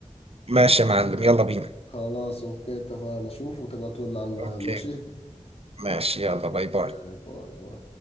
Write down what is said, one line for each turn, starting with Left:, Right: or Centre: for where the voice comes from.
Right: ماشي يا معلم يلا بينا
Left: خلاص اوكي اتفقنا شوف وتبقى تقول لي على الميعاد
Right: اوكي
Left: ماشي
Right: ماشي يلا
Left: اوكي
Right: باي باي
Left: باي باي